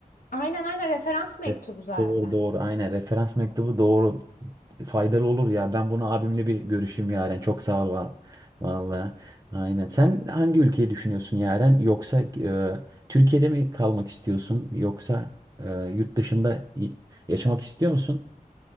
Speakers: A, on the left (about 65°); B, on the right (about 25°).
A: Aynen aynen referans mektubu
B: Evet,
A: zaten.
B: Doğru doğru aynen referans mektubu doğru faydalı olur ya ben bunu abimle bir görüşeyim Yaren çok sağ ol va- valla aynen sen hangi ülkeyi düşünüyorsun Yaren yoksa e, Türkiye'de mi kalmak istiyorsun yoksa e, yurt dışında y- yaşamak istiyor musun?